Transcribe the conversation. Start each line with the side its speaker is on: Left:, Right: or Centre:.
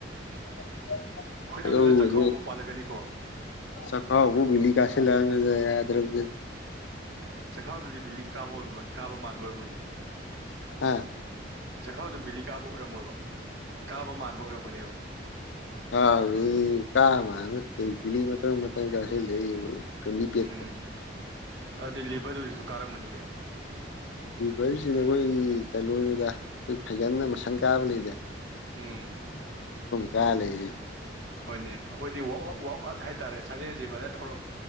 Left: <inaudible>
Right: ꯈꯣꯏꯗꯧꯗꯨꯗ
Left: ꯂꯧꯦ
Right: ꯆꯈꯥꯎ ꯑꯃꯨꯛ ꯄꯥꯜꯂꯛꯀꯅꯤꯀꯣ
Left: ꯆꯀꯕꯨ ꯕꯤꯂꯤ ꯀꯥꯁ ꯂꯅꯖꯥꯏ ꯗ꯭ꯔꯗꯤ
Right: ꯆꯈꯥꯎꯗꯨꯗꯤ ꯕꯤꯂꯤꯛ ꯀꯥꯕ ꯑꯣꯏꯔꯝ ꯀꯥꯕ ꯃꯥꯟꯕ ꯑꯣꯏꯔꯝꯒꯅꯤ
Left: ꯑꯥ
Right: ꯆꯈꯥꯎꯗꯨ ꯕꯤꯦꯂꯤ ꯀꯥꯕ ꯑꯣꯏꯔꯝꯃꯣꯏꯕ ꯀꯥꯕ ꯃꯥꯟꯕ ꯑꯣꯏꯔꯝꯒꯅꯦꯕ
Left: ꯑꯥꯎ ꯀꯥ ꯃꯥꯅꯕꯤꯂꯤ ꯃꯊꯪ ꯃꯊꯪ ꯀꯁꯤ ꯂꯩ ꯐ ꯃꯤ ꯄꯦꯛꯇ
Right: ꯎꯝ ꯑꯗꯨꯗꯤ ꯂꯤꯚꯔꯗꯨꯗꯨꯁꯨ ꯀꯥꯔꯝꯕꯅꯤꯅꯦ
Left: ꯚꯔꯁꯤꯅ ꯑꯩꯈꯣꯏꯒꯤ ꯀꯩꯅꯣꯅꯤꯗ ꯑꯩꯈꯣꯏ ꯐꯩꯒꯟꯅ ꯃꯁꯟ ꯀꯥꯕ ꯂꯩꯕ
Right: ꯎꯝ
Left: ꯀꯂꯒꯤ
Right: ꯍꯣꯏꯅꯦ ꯑꯩꯈꯣꯏꯗꯤꯋ ꯋꯥꯛ ꯑꯥꯎꯠ ꯍꯥꯏꯇꯥꯔꯦ ꯁꯥꯖꯦꯜꯁꯤ ꯐꯅ ꯇꯧꯔꯒꯦ